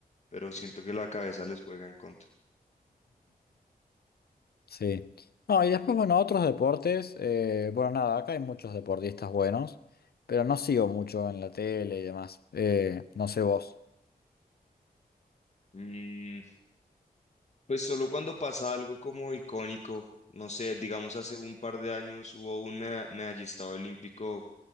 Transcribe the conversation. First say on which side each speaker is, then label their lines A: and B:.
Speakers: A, on the left; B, on the left.
A: pero siento que la cabeza les juega en contra.
B: Sí. No, y después, bueno, otros deportes. eh, bueno, nada, acá hay muchos deportistas buenos, pero no sigo mucho en la tele y demás. Eh, no sé vos.
A: Mm, pues solo cuando pasa algo como icónico, no sé, digamos hace un par de años hubo un meda- medallista olímpico